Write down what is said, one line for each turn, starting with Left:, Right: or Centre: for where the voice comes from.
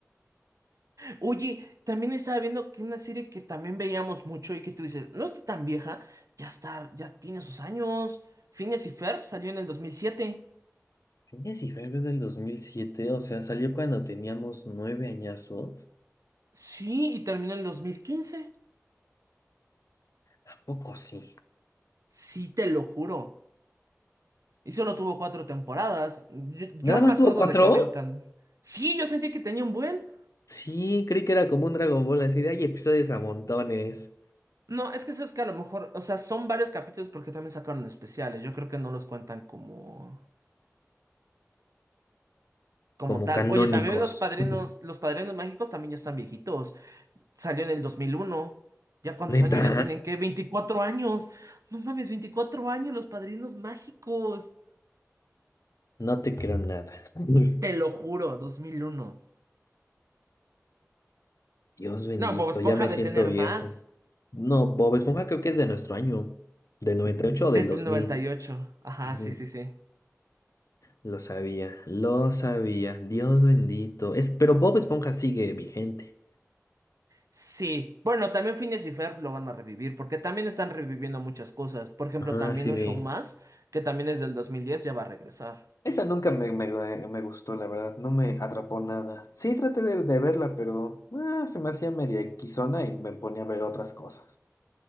Right: Oye, también estaba viendo que una serie que también veíamos mucho y que tú dices, no está tan vieja, ya está, ya tiene sus años. Phineas y Ferb salió en el 2007.
Left: Phineas y Ferb es del dos mil siete o sea, salió cuando teníamos nueve añazos.
Right: Sí, y terminó en el 2015.
Left: ¿A poco sí?
Right: Sí, te lo juro. Y solo tuvo cuatro temporadas. Yo, yo
Left: ¿Nada más
Right: me acuerdo
Left: tuvo cuatro?
Right: de que me encantó. Sí, yo sentí que tenía un buen.
Left: Sí, creí que era como un Dragon Ball, así de hay episodios a montones.
Right: No, es que eso es que a lo mejor, o sea, son varios capítulos porque también sacaron especiales. Yo creo que no los cuentan como, como
Left: como
Right: tal.
Left: canónicos.
Right: Oye, también los padrinos,
Left: <laughs>
Right: los padrinos mágicos también ya están viejitos. Salió en el dos mil uno ¿Ya cuántos
Left: ¿Neta?
Right: años ya tienen? ¿Qué? veinticuatro años! No mames, 24 años los padrinos mágicos.
Left: No te creo nada. <laughs>
Right: Te lo juro, dos mil uno
Left: Dios bendito,
Right: No, Bob Esponja
Left: ya me siento
Right: de tener
Left: viejo.
Right: más.
Left: No, Bob Esponja creo que es de nuestro año, del 98
Right: Desde
Left: o del 2000.
Right: el noventa y ocho, Ajá,
Left: Ujú.
Right: sí, sí, sí.
Left: Lo sabía, lo sabía. Dios bendito. Es, pero Bob Esponja sigue vigente.
Right: Sí, bueno, también Phineas y Ferb lo van a revivir, porque también están reviviendo muchas cosas. Por ejemplo,
Left: Ajá,
Right: también
Left: sí
Right: un
Left: vi.
Right: show más, que también es del dos mil diez ya va a regresar.
Left: Esa nunca me, me- me gustó, la verdad, no me atrapó nada. Sí, traté de, de verla, pero ah, se me hacía media equisona y me ponía a ver otras cosas.